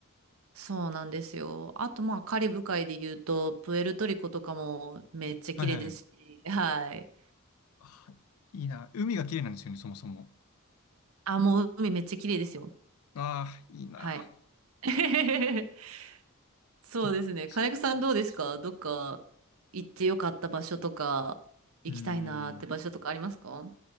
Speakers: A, on the right; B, on the left.
A: そうなんですよ。あと、まあ、カリブ海で言うと、プエルトリコとかもめっちゃ綺麗ですし、
B: はいはい。
A: はい。
B: あ、いいな。海が綺麗なんですよね、そもそも。
A: あ、もう海めっちゃ綺麗ですよ。
B: ああ、いいな。
A: はい。<laughs> そうですね。
B: こっち。
A: 金子さんどうですかどっか行ってよかった場所とか、行きたいなーって場所とかありますか
B: うーん。